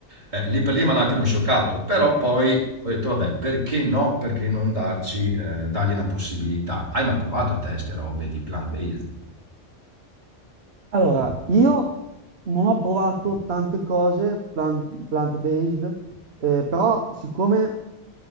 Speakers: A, on the right; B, on the right.
A: Eh, lì per lì m'ha un attimo scioccato, però poi ho detto: "Vabbè, perché no, perché non darci ehm, dargli una possibilità?" Hai mai provato te 'ste robe di plant-based?
B: Allora, io non ho provato tante cose plant, based però siccome